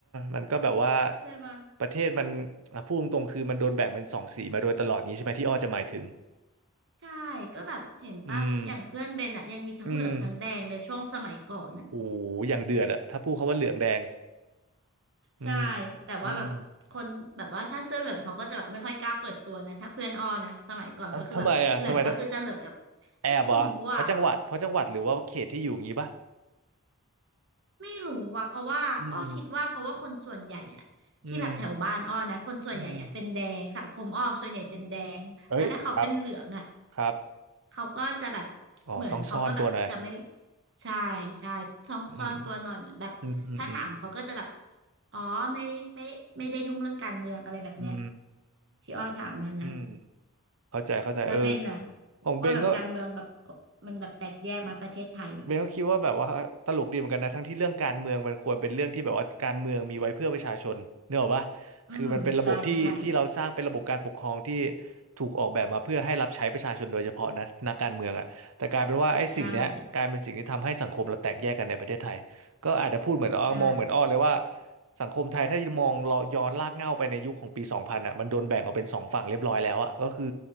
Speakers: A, on the right; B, on the right.
A: มันก็แบบว่า
B: ใช่ปะ
A: ประเทศมันอ่ะพูดตรงๆคือมันโดนแบ่งเป็นสองสีมาโดยตลอดนี้ใช่ไหมที่อ้อจะหมายถึง
B: ใช่ ก็แบบเห็นป่ะอย่างเพื่อนเบนอะยังมีทั้งเหลืองทั้งแดงเลยช่วงสมัยก่อนน่ะ
A: อืมอืมโอ้โหอย่างเดือดอะถ้าพูดคำว่าเหลืองแดงอืม
B: ใช่ แต่ว่าแบบคนแบบว่าถ้าเสื้อเหลืองเขาก็จะแบบไม่ค่อยกล้าเปิดตัวนะถ้าเพื่อนอ้อนะสมัยก่อนก็คือแบบเหลืองก็คือจะเหลืองแบบ
A: อืมอ่ะทำไมอะทำไมแอบเหรอเพราะจังหวัดเพราะจังหวัดหรือว่าเขตที่อยู่อย่างงี้ปะ
B: ไม่รู้อ่ะ ไม่รู้ว่ะเพราะว่าอ้อคิดว่าเพราะว่าคนส่วนใหญ่อะที่แบบแถวบ้านอ้อนะคนส่วนใหญ่อะเป็นแดงสังคมอ้อส่วนใหญ่เป็นแดงแล้วถ้าเขาเป็นเหลืองอะ
A: อืมอืม อืมเอ้ยครับครับ
B: เขาก็จะแบบเหมือนเขาก็แบบจะไม่
A: อ๋อต้องซ่อนตัวหน่อย
B: ใช่ใช่ซ่องซ่อนตัวหน่อยเหมือนแบบถ้าถามเขาก็จะแบบ
A: อืมอืมอืมอืม
B: อ๋อไม่ไม่ไม่ได้ยุ่งเรื่องการเมืองอะไรแบบเนี้ย
A: อื
B: ที่อ้อถามมานะ
A: มเข้าใจเข้าใจเออ
B: แล้วเบนน่ะ
A: ของเบนก็
B: ว่าแบบการเมืองแบบมันแบบแตกแยกมาประเทศไทย
A: เบนก็คิดว่าแบบว่าตลกดีเหมือนกันนะทั้งที่เรื่องการเมืองมันควรเป็นเรื่องที่แบบว่าการเมืองมีไว้เพื่อประชาชนเนกอะปะ
B: อืมใช่ใช่
A: คือมันเป็นระบบที่ที่เราสร้างเป็นระบบการปกครองที่ถูกออกแบบมาเพื่อให้รับใช้ประชาชนโดยเฉพาะนะนักการเมืองอ่ะแต่กลายเป็นว่าไอ้สิ่งเนี้ยกลายเป็นสิ่งที่ทำให้สังคมเราแตกแยกกันในประเทศไทยก็อาจจะพูดเหมือนอ้อมองเหมือนอ้อเลยว่า
B: ใช่ใช่
A: สังคมไทยถ้ามองเลาะย้อนลากเหง้าไปในยุคของปีสองพันอ่ะมันโดนแบ่งออกเป็นสองฝั่งเรียบร้อยแล้วอ่ะก็คือ